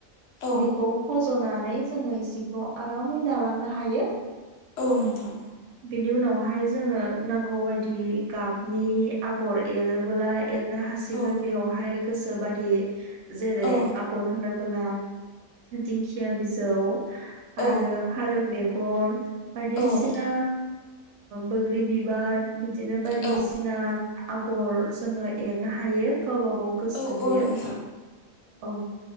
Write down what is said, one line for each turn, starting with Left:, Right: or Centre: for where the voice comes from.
Left: औ
Right: बेखौ फज'नानै जोङो जिखौ आरामै दालांनो हायो
Left: औ नोंथां
Right: बिनि उनावहाय जोङो नांगौबादि गाबनि आगर एरबोलाय एरनो हासिगोन
Left: औ
Right: बेयावहाय गोसो बादि जेरै
Left: औ
Right: आगर होनोब्ला दिंखिया बिजौ
Left: औ
Right: आरो फारौ मेगन बायदिसिना
Left: औ
Right: बैग्रि बिबार बिदिनो बायदिसिना
Left: औ
Right: आगर जोङो एरनो हायो गावबा गाव गोसो
Left: औ
Right: बेयो
Left: औ नोंथां
Right: औ